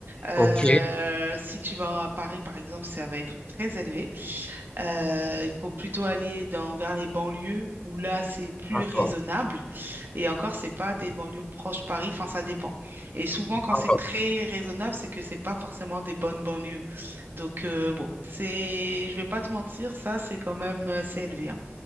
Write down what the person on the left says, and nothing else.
Ok,
d'accord.
d'accord.